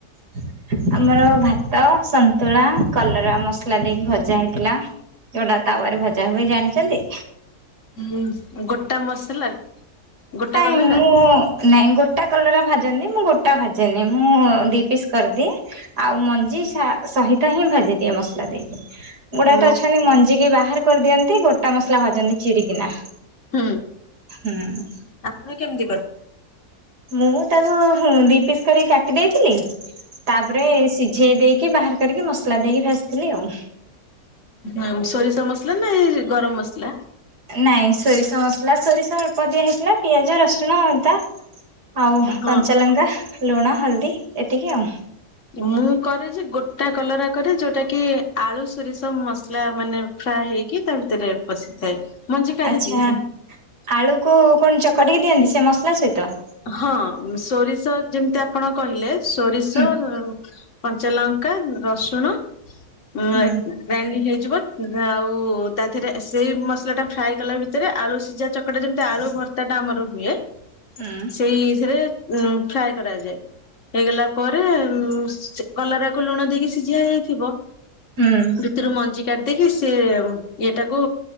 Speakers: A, on the right (about 85°); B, on the left (about 50°).
A: <inaudible> ଆମର ଭାତ, ସନ୍ତୁଳା, କଲରା, ମସଲା ଦେଇକି ଭଜା ହେଇଥିଲା। ଯୋଉଟା ତାୱାରେ ଭଜା ହୁଏ ଜାଣିଛନ୍ତି?
B: ଉ ଗୋଟା ମସଲା ଗୋଟା
A: ନାଇଁ
B: କଲରା।
A: ମୁଁ ନାଇଁ ଗୋଟା କଲର ଭାଜନି ମୁଁ ଗୋଟା ଭାଜେନି ମୁଁ ଦୁଇ ପିସ୍ କରିଦିଏ। ଆଉ ମଞ୍ଜି ସା ସହିତ ହିଁ ଭାଜି ଦିଏ ମସଲା ଦେଇକି। ଗୁଡା
B: ହୁଁ
A: ତ ଅଛନ୍ତି ମଞ୍ଜିିକି ବାହାର କରିଦିଅନ୍ତି। ଗୋଟା ମସଲା ଭାଜନ୍ତି ଚିରିକିନା।
B: ହୁଁ।
A: ହୁଁ।
B: ଆପଣ କେମିତି କରିଛନ୍ତି?
A: ମୁଁ ତାକୁ ଦି ପିସ୍ କରି କାଟି ଦେଇଥିଲି। ତାପରେ ସି ସିଝେଇ ଦେଇକି ବାହାର କରିକି ମସଲା ଦେଇକି ଭାଜିଥିଲି ଆଉ।
B: ଓହୋ ସୋରିଷ ମସଲା ନା ଏ ଗରମ ମସଲା?
A: ନାଇଁ ସୋରିଷ ମସଲା ସୋରିଷ ଅଳ୍ପ ଦିଆ ହେଇଥିଲା। ପିଆଜ ରସୁଣ ଅଦା ଆଉ
B: ହଁ।
A: କଞ୍ଚାଲଙ୍ଗା, ଲୁଣ, ହଳଦୀ ଏତିକି ଆଉ।
B: ମୁଁ କରେ ଯେ ଗୋଟା କଲରା କରେ, ଯୋଉଟା କି ଆଳୁ, ସୋରିଷ ମସଲା ମାନେ ଫ୍ରାଏ ହେଇକି ତା ଭିତରେ ପଶିଥାଏ। ମଞ୍ଜି କାଢି
A: ଆଚ୍ଛା
B: ଦିଏ।
A: ଆଳୁକୁ କଣ ଚକଟିକି ଦିଅନ୍ତି ସେ ମସଲା ସହିତ?
B: ହଁ ସୋରିଷ ଯେମିତି ଆପଣ କହିଲେ, ସୋରିଷ
A: ହୁଁ
B: କଞ୍ଚାଲଙ୍କା, ରସୁଣ ଏ
A: ହୁଁ
B: ଗ୍ରାଇଡିଂ ହେଇଯିବ। ଆଉ ତା ଦେହରେ ସେଇ ମସଲା ଟା ଫ୍ରାଏ କଲା ଭିତରେ ଆଳୁ ସିଝା ଚ ସେଟା ଯେମିତି ଆଳୁ ଭର୍ତାଟା ଆମର ହୁଏ।
A: ହୁଁ।
B: ସେଇଥିରେ ଉ ଫ୍ରାଏ କରାଯାଏ। ହେଇଗଲା ପରେ ଉ କଲରାକୁ ଲୁଣ ଦେଇକି ସିଝା ହେଇଯାଇଥିବ।
A: ହୁଁ।
B: ଭିତରୁ ମଞ୍ଜି କାଢିଦେଇକି, ସେ ଇଏଟାକୁ